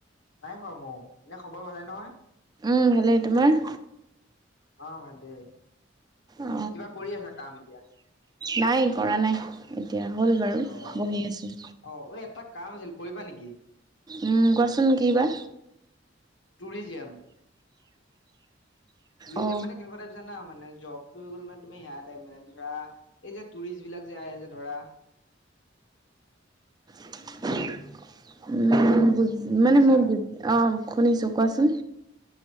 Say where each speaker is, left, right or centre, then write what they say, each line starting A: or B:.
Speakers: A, on the left (about 80°); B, on the right (about 20°).
A: নাই খোৱা মইও এনে খবৰ ভালে নহয়।
B: উম, ভালেই। তোমাৰ?
A: অ, ভালেই।
B: অ
A: কিবা কৰি আছা কাম এতিয়া?
B: নাই কৰা নাই। এতিয়া হ'ল বাৰু
A: অ'
B: বহি আছোঁ।
A: অ' এই এটা কাম আছিল কৰিবা নেকি?
B: উম কোৱাচোন কি বা?
A: টুৰিজিয়েম। ট্যুৰিজিয়েম
B: অ
A: মানে কেনেকুৱা টাইপ জানা মানে জব? লৈ গ'ল মানে তুমি হেয়া টাইপ মানে ধৰা, এই যে ট্যুৰিষ্ট বিলাক যে, আহে যে, ধৰা
B: <inaudible> বুজ
A: শুনিছা?
B: মানে মো বুজ অ, শুনিছো কোৱাচোন।